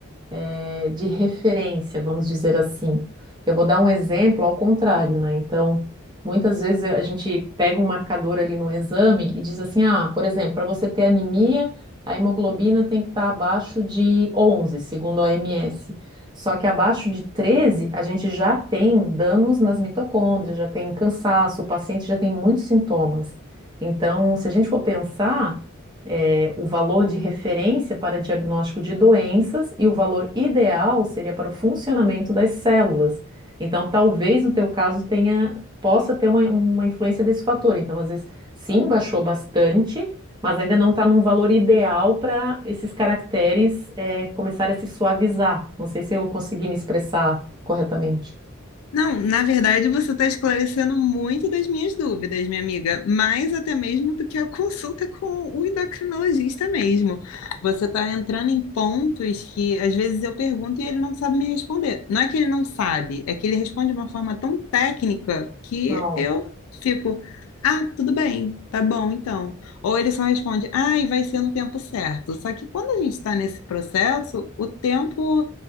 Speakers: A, on the right (about 20°); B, on the left (about 75°).
A: eh, de referência, vamos dizer assim. Eu vou dar um exemplo ao contrário, né? Então, muitas vezes a gente pega um marcador ali no exame e diz assim: ah, por exemplo, para você ter anemia, a hemoglobina tem que estar abaixo de 11, segundo a OMS. Só que abaixo de 13 a gente já tem danos nas mitocôndrias, já tem cansaço, o paciente já tem muitos sintomas. Então, se a gente for pensar. O valor de referência para diagnóstico de doenças e o valor ideal seria para o funcionamento das células. Então, talvez no teu caso tenha, possa ter uma, uma influência desse fator. Então, às vezes, sim, baixou bastante, mas ainda não está num valor ideal para esses caracteres eh, começarem a se suavizar. Não sei se eu consegui me expressar corretamente.
B: Não, na verdade você está esclarecendo muito das minhas dúvidas, minha amiga, mais até mesmo do que a consulta com o endocrinologista mesmo. Você está entrando em pontos que às vezes eu pergunto e ele não sabe me responder. Não é que ele não sabe, é que ele responde de uma forma tão técnica que
A: Não,
B: eu fico, ah, tudo bem, tá bom então. Ou ele só responde, ai, vai ser no tempo certo. Só que quando a gente está nesse processo, o tempo,